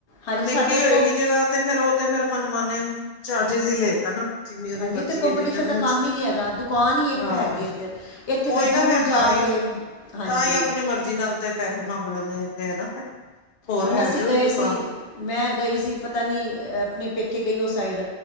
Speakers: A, on the left; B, on the left.
A: ਹਾਂਜੀ
B: ਹੁਣ
A: ਸਾਡੇ
B: ਇੱਕ ਹੀ ਹੋਏਗੀ
A: ਕੋਂ
B: ਜਗ੍ਹਾ ਤੇ ਫਿਰ ਉਹ ਤੇ ਫਰ ਮਨਮਾਨੇ, ਚਾਰਜਜ ਈ ਲਏਗਾ ਨਾ। ਜਿੰਨੀ ਉਹਦੀ
A: ਹਾਂਜੀ
B: ਮਰਜ਼ੀ
A: ਇੱਥੇ ਕੰਪੀਟੀਸ਼ਨ
B: ਏ ਜਿਨੇ
A: ਦਾ
B: ਮੂੰਹ
A: ਕੰਮ
B: 'ਚ,
A: ਹੀ ਨਹੀਂ ਹੈਗਾ ਦੁਕਾਨ ਹੀ ਇੱਕ
B: ਹਾਂ।
A: ਹੈਗੀ ਇੱਧਰ ਇੱਥੇ
B: ਉਹੀ
A: ਦੂਰ
B: ਨਾ ਫਿਰ ਤਾਂ
A: ਜਾ
B: ਹੀ,
A: ਕੇ ਹਾਂਜੀ
B: ਤਾਂ ਹੀ ਆਪਣੀ ਮਰਜ਼ੀ ਨਾਲ ਤੇ ਪੈਸੇ ਮੰਗ ਲੈਂਦੇ ਆ ਨਾ ਫਿਰ। ਹੋਰ
A: ਹੁਣ
B: ਹੈ
A: ਅਸੀਂ
B: ਜੋ
A: ਗਏ
B: ਨੀ ਦੁਕਾਨ
A: ਸੀ, ਮੈਂ ਗਈ ਸੀ ਪਤਾ ਨਹੀਂ ਆਪਣੇ ਪੇਕੇ ਗਈ ਉਹ ਸਾਈਡ